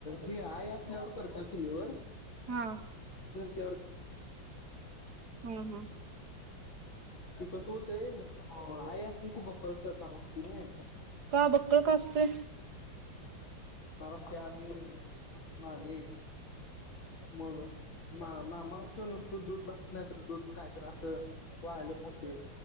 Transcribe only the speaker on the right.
हा
हा हा
का बक्कळ का असतंय?